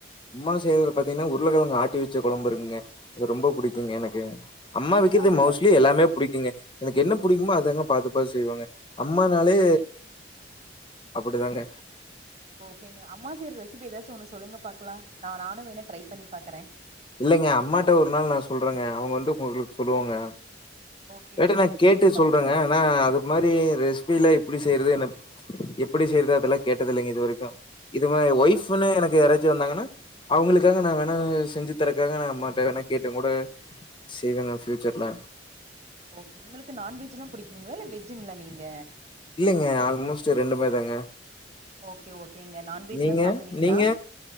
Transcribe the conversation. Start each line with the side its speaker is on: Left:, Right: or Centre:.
Left: அம்மா செய்றதுல பாத்தீங்கன்னா உருளக்கெழங்கு ஆட்டி வச்ச கொழம்பு இருக்குங்க அது ரொம்ப புடிக்குங்க எனக்கு அம்மா வைக்கிறது
Right: ஓ அந்த
Left: மோஸ்ட்லி
Right: கொழ
Left: எல்லாமே புடிக்குங்க எனக்கு என்ன புடிக்குமோ அதாங்க பாத்து பாத்து செய்வாங்க அம்மானாலே
Right: ஓகே
Left: அப்டிதாங்க
Right: ஓகேங்க அம்மா செய்ற ரெசிபி ஏதாச்சு ஒன்னு சொல்லுங்க பாக்கலா நா நானும் வேணா ட்ரை பண்ணி பாக்கற
Left: இல்லைங்க அம்மாட்ட ஒரு நாள் நா சொல்றங்க அவுங்க வந்து உங்களுக்கு சொல்லுவாங்க
Right: ஓகே
Left: இல்லாட்டி
Right: ஓகேங்க
Left: நா கேட்டே
Right: நீங்க
Left: சொல்றங்க
Right: நா
Left: ஆனா அது மாரி ரெசிபில்லா எப்டி செய்றது என்ன எப்டி செய்றது அதெல்லா கேட்டதில்லைங்க இது வரைக்கு இது மாரி ஒய்ஃப்ன்னு
Right: ஓ
Left: எனக்கு யாராச்சும் வந்தாங்கன்னா அவுங்களுக்காக நா வேணா செஞ்சு க்த்தறக்காக நா அம்மாட்ட வேணா கேட்டும் கூட செய்வேங்க ஃபியூச்சர்ல
Right: ஓகே உங்களுக்கு நான்வெஜ்ல்லா பிடிக்குங்களா இல்ல வெஜ்ஜுங்களா நீங்க
Left: இல்லைங்க ஆல்மோஸ்ட் ரெண்டுமே தாங்க
Right: ஓகே ஓகேங்க நான்வெஜ்லா
Left: நீங்க?
Right: சாப்டுவீங்களா
Left: நீங்க?